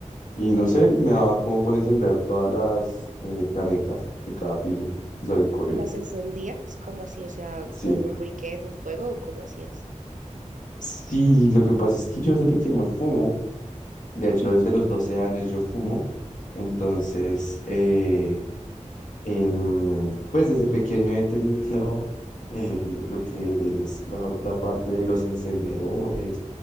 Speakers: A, on the left; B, on the right.
A: Y no
B: Ok.
A: sé, me daba como por encender todas las eh, canecas de cada piso y salir corriendo.
B: ¿Las encendías? ¿Cómo así? O sea,
A: Sí.
B: ¿con un briquet o fuego o cómo hacías?
A: Sí, lo que pasa es que yo desde pequeño fumo, de
B: <laughs>
A: hecho desde los 12 años yo fumo, entonces,
B: Ujú.
A: eh, em, pues desde pequeño he tenido eh, lo que es la, la parte de los encendedores